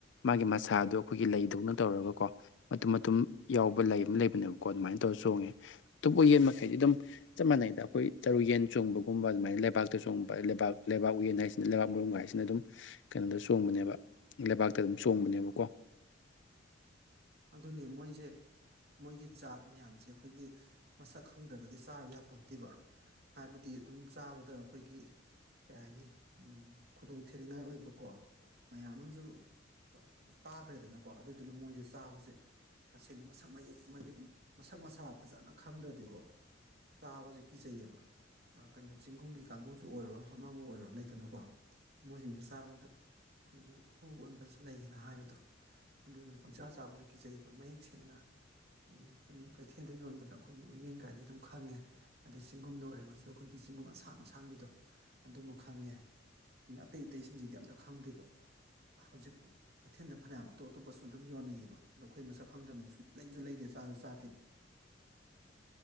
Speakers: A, on the left; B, on the right.
A: ꯃꯥꯒꯤ ꯃꯁꯥꯗꯣ ꯑꯩꯈꯣꯏꯒꯤ ꯂꯩꯗꯧꯅ ꯇꯧꯔꯒ ꯀꯣ ꯃꯇꯨꯝ ꯃꯇꯨꯝ ꯌꯥꯎꯕ ꯂꯩ ꯑꯃ ꯂꯩꯕꯅꯦꯕꯀꯣ ꯑꯗꯨꯃꯥꯏꯅ ꯇꯧꯔ ꯆꯣꯡꯉꯦ ꯑꯇꯣꯞꯄ ꯌꯦꯟ ꯃꯈꯩꯗꯤ ꯑꯗꯨꯝ ꯆꯞ ꯃꯥꯟꯅꯩꯗ ꯑꯩꯈꯣꯏ ꯇꯔꯨ ꯌꯦꯟ ꯆꯣꯡꯕꯒꯨꯝꯕ ꯑꯗꯨꯃꯥꯏꯅ ꯂꯩꯕꯥꯛꯇ ꯆꯣꯡꯕ ꯂꯩꯕꯥꯛ ꯂꯩꯕꯥꯛ ꯎ ꯌꯦꯟ ꯍꯥꯏꯁꯦ ꯂꯩꯕꯥꯛ ꯃꯔꯨꯝꯒꯥꯏꯁꯤꯅ ꯑꯗꯨꯝ ꯀꯩꯅꯣꯗ ꯆꯣꯡꯕꯅꯦꯕ ꯂꯩꯕꯥꯛꯇ ꯑꯗꯨꯝ ꯆꯣꯡꯕꯅꯦꯕꯀꯣ
B: ꯑꯗꯨꯅꯤ ꯃꯣꯏꯁꯦ ꯃꯣꯏꯒꯤ ꯖꯥꯠ ꯃꯌꯥꯝꯁꯦ ꯑꯩꯈꯣꯏꯒꯤ ꯃꯁꯛ ꯈꯪꯗ꯭ꯔꯒꯗꯤ ꯆꯥꯔꯨ ꯌꯥꯄꯣꯟꯇꯦꯕ ꯍꯥꯏꯕꯗꯤ ꯑꯗꯨꯝ ꯆꯥꯕꯗ ꯑꯩꯈꯣꯏꯒꯤ ꯀꯩ ꯍꯥꯏꯅꯤ ꯎꯝ ꯈꯨꯗꯣꯡ ꯊꯤꯅꯤꯡꯉꯥꯏ ꯑꯣꯏꯕꯀꯣ ꯃꯌꯥꯝ ꯑꯃꯁꯨ ꯇꯥꯈ꯭ꯔꯦꯗꯅꯀꯣ ꯑꯗꯨꯗꯨꯅ ꯃꯣꯏꯁꯦ ꯆꯥꯕꯁꯦ ꯇꯁꯦꯡꯅ ꯃꯁꯛ ꯃꯌꯦꯛ ꯃꯁꯛ ꯃꯁꯥ ꯐꯖꯅ ꯈꯪꯗ꯭ꯔꯗꯤꯀꯣ ꯆꯥꯕꯕꯁꯤꯦ ꯀꯤ ꯆꯩꯩꯌꯦꯕ ꯀꯩꯅꯣ ꯆꯤꯡꯒꯨꯝꯒꯤ ꯀꯥꯡꯒꯨꯗꯨ ꯑꯣꯏꯔꯣ ꯑꯃꯕꯨ ꯑꯣꯏꯔꯣ ꯂꯩꯇꯅꯀꯣ ꯃꯣꯏꯁꯤꯡꯁꯦ ꯆꯥꯕꯗ ꯑꯩꯈꯣꯏꯒꯤ ꯍꯨ ꯑꯣꯟꯕꯁꯨ ꯂꯩꯌꯦꯅ ꯍꯥꯏꯕꯗꯣ ꯑꯗꯨꯅ ꯄꯪꯆꯥꯥ ꯆꯥꯕꯁꯨ ꯀꯤꯖꯩꯌꯦꯕ ꯃꯌꯦꯛ ꯁꯦꯡꯅ ꯁꯨꯝ ꯀꯩꯊꯦꯜꯗ ꯌꯣꯟꯕꯗ ꯑꯩꯈꯣꯏꯒꯤ ꯎꯌꯦꯟꯒꯥꯏꯁꯦ ꯑꯗꯨꯝ ꯈꯪꯉꯦ ꯑꯗꯩ ꯆꯤꯡꯒꯨꯝꯗ ꯑꯣꯏꯔꯒꯁꯨ ꯑꯩꯈꯣꯏꯒꯤ ꯆꯤꯡꯒꯨꯝ ꯑꯁꯥꯡ ꯑꯁꯥꯡꯕꯤꯗꯣ ꯑꯗꯨꯃ ꯈꯪꯉꯦ ꯎ ꯑꯇꯩ ꯑꯇꯩꯁꯤꯡꯁꯤꯗꯤ ꯑꯝꯇ ꯈꯪꯗꯦꯕ ꯍꯧꯖꯤꯛ ꯀꯩꯊꯦꯜꯗ ꯐꯅꯌꯥꯝ ꯑꯇꯣꯞ ꯑꯇꯣꯞꯄꯁꯨ ꯑꯗꯨꯝ ꯌꯣꯟꯅꯩꯌꯦꯕ ꯑꯗꯣ ꯑꯩꯈꯣꯏ ꯃꯁꯛ ꯈꯪꯗꯕꯅ ꯁꯨꯡꯛ ꯂꯩꯁꯨ ꯂꯩꯇꯦ ꯆꯥꯁꯨ ꯆꯥꯗꯦꯕ